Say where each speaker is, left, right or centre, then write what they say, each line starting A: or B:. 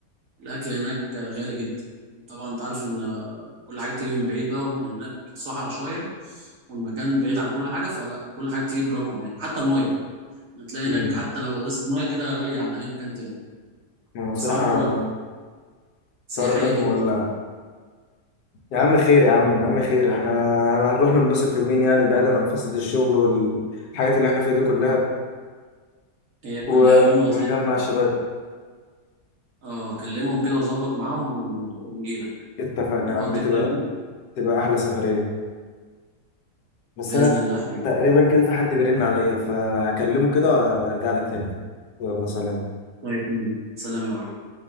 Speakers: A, on the right (about 55°); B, on the left (about 85°).
A: الاكل هناك غالي جدا طبعا انت عارف ان كل حاجه بتيجي من بعيد بقى ومن هناك صحراء شويه والمكان بعيد عن كل حاجه فلا كل حاجه بتيجي برقم يعني حتى الميه بتلاقي
B: مم.
A: هناك حتى لو ازازه ميه كده غاليه عن اي مكان تاني
B: يعني بصراحه
A: اسعار سياحيه
B: صار هناك
A: جدا
B: مولع يا عم خير يا عم يا عم خير احنا هن- هنروح ننبسط يومين يعني بعيدا عن فصلة الشغل والحاجات اللي احنا فيها دي كلها
A: هي كلها
B: و...
A: يومين وهتلاقينا
B: ونجمع
A: عندك.
B: الشباب
A: اه اكلمهم كده واظبط معاهم ون... ونجيلك
B: اتفقنا
A: نقضي
B: يا عم تبقى
A: كده يومين
B: تبقى احلى سفرية بس
A: باذن
B: انا
A: الله يا حبيبي
B: تقريبا كده في حد بيرن عليا فهكلمه كده وهرجع لك تاني يلا سلام
A: طيب سلام يا معلم